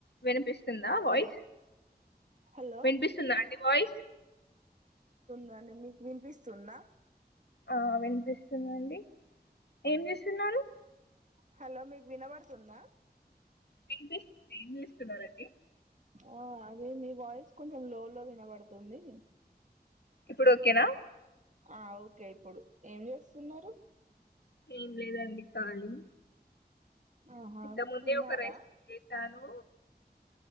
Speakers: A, on the left; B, on the right.
A: వినిపిస్తుందా వాయిస్
B: హలో హలో
A: వినిపిస్తుందా అండి వాయిస్
B: దని మీకు వినిపిస్తున్నా
A: ఆ వినిపిస్తున్నాండి ఏం చేస్తున్నారు
B: హలో మీకు వినబడుతుందా
A: మీంస్తుంది ఇం ఇస్తున్నండి
B: ఆ అదే మీ వాయిస్ కొంచెం లో లో వినబడుతుంది
A: ఇప్పుడు కేనా
B: ఆ ఓకే ఇప్పుడు ఏం చేస్తున్నారు
A: ఏం లేదండి ఖాలీ
B: ఆహా
A: ఇంత ముందే
B: తిన్నారా
A: ఒక రైస్ చేశాను